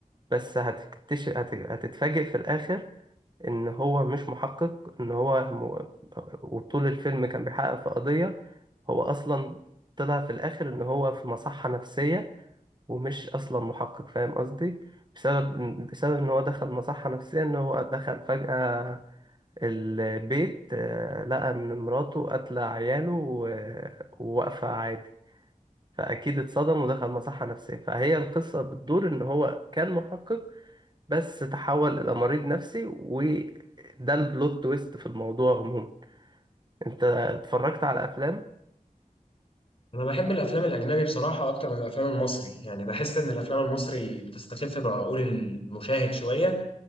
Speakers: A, on the right (about 30°); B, on the left (about 40°).
A: بس هتكتشف هت... هتتفاجئ في الآخر إن هو مش محقق إن هو م... وطول الفيلم كان بيحقق في قضية هو أصلا طلع في الآخر إن هو في مصحة نفسية ومش أصلا محقق فاهم قصدي؟ بسبب بسبب إن هو دخل مصحة نفسية إن هو دخل فجأة البيت آه، لقى إن مراته قاتلة عياله و- وواقفة عادي فأكيد اتصدم ودخل مصحة نفسية فهي القصة بتدور إن هو كان محقق بس تحول إلى مريض نفسي وده البلوت تويست في الموضوع عموما أنت اتفرجت على أفلام؟
B: انا بحب الافلام الاجنبي بصراحه اكتر من الافلام المصري يعني بحس ان الافلام المصري بتستخف بعقول المشاهد شويه